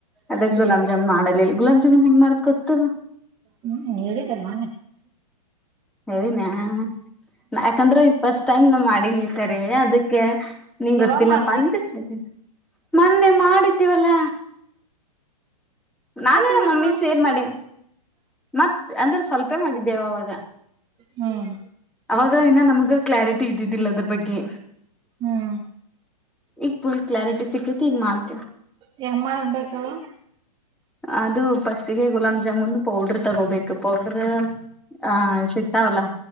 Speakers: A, in the centre; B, on the right.
A: ಅದಕ್
B: ಹ್ಮ್
A: ಗುಲಾಬ್ ಜಾಮನ್ ಮಾಡಲಿಲ್ಲ ಗುಾ ಜಾಮೂನ್ ಹೆಂಗ ಮಾಡ ತ
B: ಹ್ಮ್ ಹೇಳಿದ್ದಲ್ ಮೊನ್ನೆೆ
A: ಹೇಳನಯ ಯಾಕಂದ್ರೆಫಸ್ಟ್ ಟೈಮ್ ನ ಸರಿ ಅದಕ್ಕೆ ನಿಂಗ
B: ಯಾವಾಗ
A: ಗೊತ್ತಿಲ್ಲಪ್ಪ
B: ಮಾಡ್ದಿ
A: ಅಂತನಿ. ಮೊನ್ನೆ ಮಾಡಿದ್ದೇವಲ್ಲ. ನಾನು
B: ಮತ್ತೆ
A: ನ
B: ಇವತ್
A: ಮಮ್ಮಿ
B: ಮಾಡ್ತನಂತೆ
A: ಸೇರ್ ಮಾಡೆ ಮತ್ ಅಂದ್ರೆ ಸ್ವಲ್ಪೇ ಮಾಡಿದ್ದೇವ ಅವಾಗ
B: ಹ್ಮ್
A: ಅವಾಗ ಇನ್ನ ನಮ್ಗ ಕ್ಲಾರಿಟಿ ಇದ್ದಿದ್ದಿಲ್ಲ ಅದ್ರ ಬಗ್ಗೆ
B: ಹ್ಮ್
A: ಈಫುಲ್ ಕ್ಲಾರಟಿ ಸಿಖೆತಿ ಮಾರ್ತಿ
B: ಹೆಂಗ್ ಮಾಡ್ಬೇಕ ಹೇಳು
A: ಅದು ಪಸಗೆ ಗುಲಾಬ್ ಜಾಮುನ್ ಪೌಡ್ರ ತಗೋಬೇಕು ಪೌಡರ್ ಹ ಸಿತಾವಲ್ಲ